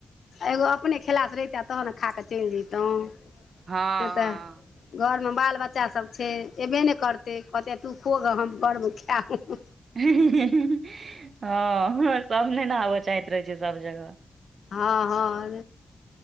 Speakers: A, on the left; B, on the right.
A: एगो अपने खेला सँ रहितो तहन ने खा कऽ चलि जैतहुँ
B: हँ
A: से तऽ घर में बाल बच्चा सभ छै अयबे नै करतै कहते तू खो गऽ हम घर में खैब
B: है है हाँ सब ने आबैय चाहैत रहै छै सब जगह
A: हाँ हाँ